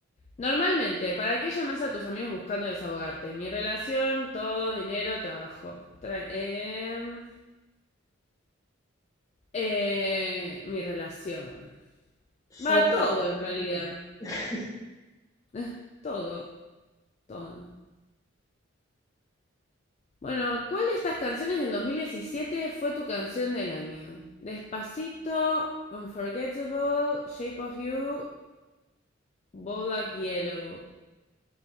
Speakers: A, on the left; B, on the left.
A: Normalmente, ¿para qué llamas a tus amigos buscando desahogarte? Mi relación, todo, dinero, trabajo. Tra- em, Eh, mi relación.
B: Yo
A: Va
B: trabajo.
A: todo en realidad. <laughs>
B: <laughs>
A: Eh, Todo, todo. Bueno, ¿cuál de estas canciones del 2017 fue tu canción del año? Despacito, Unforgettable, Shape of You, Bodak Yellow.